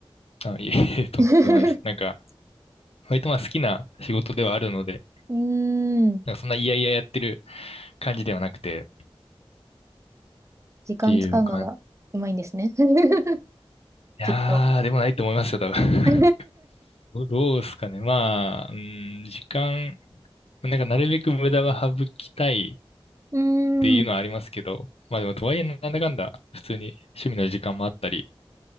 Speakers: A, on the left (about 80°); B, on the right (about 30°).
A: あ、いえいえ、<laughs> とんでもないです。
B: <laughs> う
A: なんか、割とまあ好きな仕事ではあるので、
B: ーん、
A: なんかそんな嫌々やってる感じではなくて、っていう感じ。
B: 時間使うのがうまいんですね。<laughs>
A: いやー、
B: きっと。
A: でもないと思いますよ、多分。
B: <laughs> う
A: <laughs> ど、どうですかね。まあ、うん、時間、なんかなるべく無駄は省きたい
B: ーん。
A: っていうのはありますけど、まあでもとはいえなんだかんだ普通に趣味の時間もあったり、